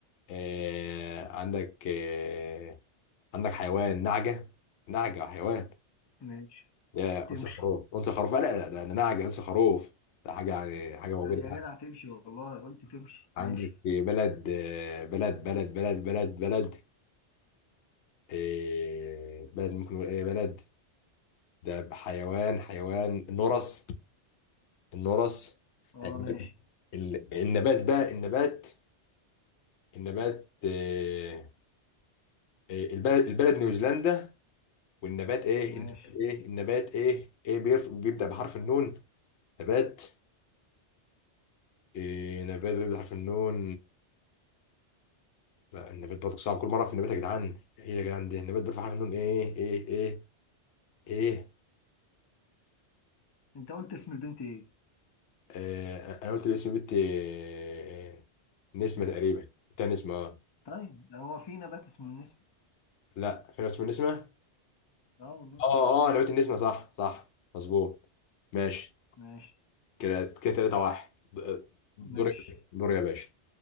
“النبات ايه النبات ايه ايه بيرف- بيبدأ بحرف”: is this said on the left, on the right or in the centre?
Left